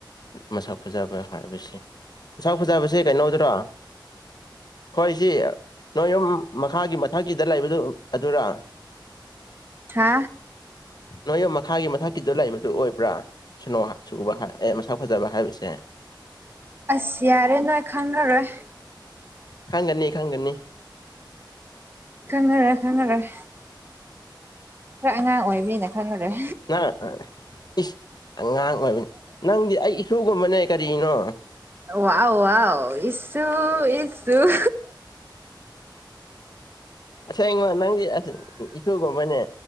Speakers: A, on the left; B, on the right.
A: ꯃꯁꯛ ꯐꯖꯕ ꯍꯥꯏꯕꯁꯤ ꯃꯁꯛ ꯐꯖꯕꯁꯦ ꯀꯩꯅꯣꯗꯨꯔꯣ ꯈꯣꯏ ꯁꯤ ꯅꯣꯏ ꯌꯨꯝ ꯃꯈꯥꯒꯤ ꯃꯊꯛꯀꯤꯗ ꯂꯩꯕꯗꯨ ꯑꯗꯨꯔꯥ
B: ꯈꯥ
A: ꯅꯣꯏ ꯌꯨꯝ ꯃꯈꯥꯒꯤ ꯃꯊꯛꯀꯤꯗ ꯂꯩꯕꯗꯨ ꯑꯣꯏꯕ꯭ꯔꯥ ꯁꯨꯅꯣ ꯍ ꯆꯨꯕ ꯍ ꯑꯦ ꯃꯁꯥꯛ ꯐꯖꯕ ꯍꯥꯏꯕꯁꯦ
B: ꯑꯁ ꯌꯥꯔꯦ ꯅꯣꯏ ꯈꯪꯉꯔꯣꯏ
A: ꯈꯪꯒꯅꯤ ꯈꯪꯒꯅꯤ
B: ꯈꯪꯉꯔꯣꯏ ꯈꯪꯉꯔꯣꯏ ꯈ꯭ꯔ ꯑꯉꯥꯡ ꯑꯣꯏꯕꯅꯤꯅ ꯈꯪꯉꯔꯣꯢ
A: ꯍꯥ ꯑ ꯏꯁ ꯑꯉꯥꯡ ꯑꯣꯏꯕ ꯅꯪꯗꯤ ꯑꯩ ꯏꯁꯨꯒꯨꯝꯕꯅꯦ ꯀꯔꯤꯅꯣ
B: ꯑ ꯋꯥꯎ ꯋꯥꯎ ꯏꯁꯨꯨ ꯏꯁꯨꯨ
A: ꯑꯁꯦꯡꯕ ꯅꯪꯖꯤ ꯑꯁ ꯏꯁꯨꯒꯨꯝꯕꯅꯦ